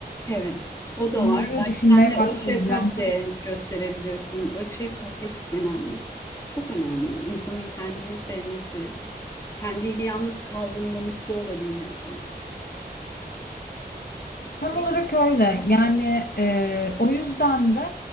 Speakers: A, on the left; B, on the left.
A: Evet, o da
B: Bunları
A: var. Belki
B: düşünmeye
A: kendine
B: başlayacağım.
A: öz şefkat de gösterebilirsin. Öz şefkat de çok önemli. Çok önemli. İnsanın kendini sevmesi, Kendiyle yalnız kaldığında mutlu olabilmesi,
B: Tam
A: değil
B: olarak
A: mi?
B: öyle. Yani e, o yüzden de